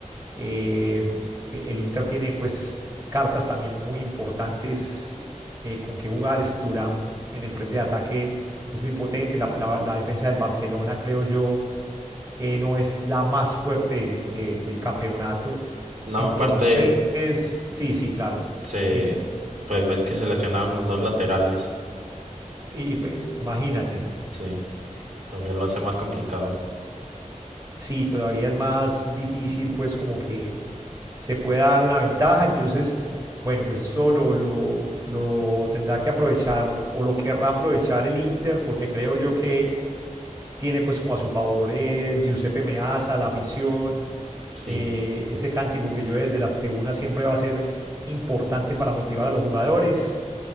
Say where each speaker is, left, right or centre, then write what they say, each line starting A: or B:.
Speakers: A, on the right (about 25°); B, on the right (about 70°).
A: Eh, el Inter tiene pues cartas también muy importantes eh, con que jugar. Ese Turam en el frente de ataque es muy potente. La, la, la defensa del Barcelona, creo yo, eh, no es la más fuerte de, del campeonato.
B: No,
A: Entonces,
B: aparte,
A: sí, sí, claro.
B: Se,
A: Dime,
B: pues ves que se lesionaron los dos laterales.
A: y, imagínate,
B: Sí, todavía lo hace más complicado.
A: sí, todavía es más difícil pues como que se pueda dar una ventaja. Entonces, bueno, pues esto lo, lo, lo tendrá que aprovechar o lo querrá aprovechar el Inter, porque creo yo que tiene pues como a su favor el Giuseppe Meazza, la afición,
B: Sí,
A: eh, ese cántico que yo desde las tribunas siempre va a ser importante para motivar a los jugadores.